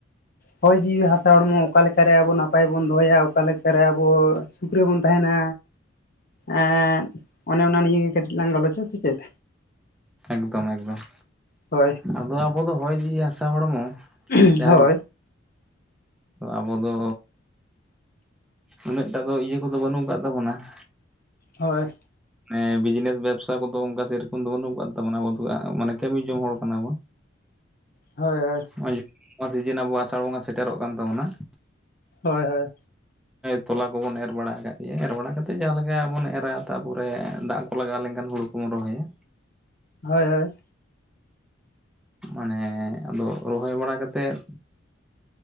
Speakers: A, on the left (about 45°); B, in the centre.
A: ᱦᱚᱭ ᱡᱤᱣᱤ ᱦᱟᱥᱟ ᱦᱚᱲᱢᱚ ᱚᱠᱟ ᱞᱮᱠᱟᱨᱮ ᱟᱵᱚ ᱱᱟᱯᱟᱭ ᱵᱚᱱ ᱫᱚᱦᱚᱭᱟ, ᱚᱠᱟ ᱞᱮᱠᱟᱨᱮ ᱟᱵᱚ ᱥᱩᱠ ᱨᱮᱵᱚᱱ ᱛᱟᱦᱮᱱᱟ? ᱮᱻ ᱚᱱᱮ ᱚᱱᱟ ᱱᱤᱭᱮ ᱜᱮ ᱠᱟᱹᱴᱤᱡ ᱞᱟᱝ ᱜᱟᱞᱚᱪᱼᱟ ᱥᱮ ᱪᱮᱫ?
B: ᱱᱚᱝᱠᱟ ᱢᱚᱡᱽ ᱵᱟᱝ
A: ᱦᱳᱭ
B: ᱟᱫᱚ ᱟᱵᱚ ᱫᱚ ᱦᱚᱭ ᱡᱤᱣᱤ ᱦᱟᱥᱟ ᱦᱚᱲᱢᱚ
A: ᱦᱩᱸ
B: ᱡᱟᱦᱟᱸ
A: ᱦᱳᱭ
B: ᱟᱵᱚ ᱫᱚ ᱩᱱᱟᱹᱜᱴᱟ ᱫᱚ ᱤᱭᱟᱹ ᱠᱚᱫᱚ ᱵᱟᱹᱱᱩᱜ ᱟᱠᱟᱫ ᱛᱟᱵᱚᱱᱟ ᱾
A: ᱦᱳᱭ
B: ᱦᱮ ᱵᱤᱡᱽᱱᱮᱥ ᱵᱮᱵᱥᱟ ᱠᱚᱫᱚ ᱚᱱᱠᱟ ᱥᱮ ᱨᱚᱠᱚᱡ ᱫᱚ ᱵᱟᱹᱱᱩᱜ ᱟᱠᱟᱫ ᱛᱟᱵᱚᱱᱟ ᱟᱵᱚ ᱫᱚ ᱢᱟᱱᱮ ᱠᱟᱹᱢᱤ ᱡᱚᱝ ᱦᱚᱲ ᱠᱟᱱᱟ ᱵᱚᱱ ᱾
A: ᱦᱳᱭ ᱦᱳᱭ
B: ᱱᱚᱜᱚᱭ ᱱᱚᱣᱟ ᱥᱤᱡᱤᱱ ᱟᱵᱚ ᱟᱥᱟᱲ ᱵᱚᱸᱜᱟ ᱥᱮᱴᱮᱨᱚᱜ ᱠᱟᱱ ᱛᱟᱵᱚᱱᱟ ᱾
A: ᱦᱳᱭ ᱦᱳᱭ
B: ᱛᱚᱞᱟ ᱠᱚᱵᱚᱱ ᱮᱨ ᱵᱟᱲᱟ ᱟᱠᱟᱜ ᱜᱮ ᱮᱨ ᱵᱟᱲᱟ ᱠᱟᱛᱮᱜ ᱡᱟᱦᱟᱸᱮᱠᱟ ᱵᱚᱱ ᱮᱨᱟ ᱛᱟᱯᱚᱨᱮ ᱫᱟᱜ ᱠᱚ ᱞᱟᱜᱟᱣ ᱞᱮᱱᱠᱷᱟᱱ ᱦᱩᱲᱩ ᱠᱚᱢ ᱨᱚᱦᱚᱭᱟ
A: ᱦᱳᱭ ᱦᱳᱭ
B: ᱢᱟᱱᱮ ᱟᱫᱚ ᱨᱚᱦᱚᱭ ᱵᱟᱲᱟ ᱠᱟᱛᱮᱜ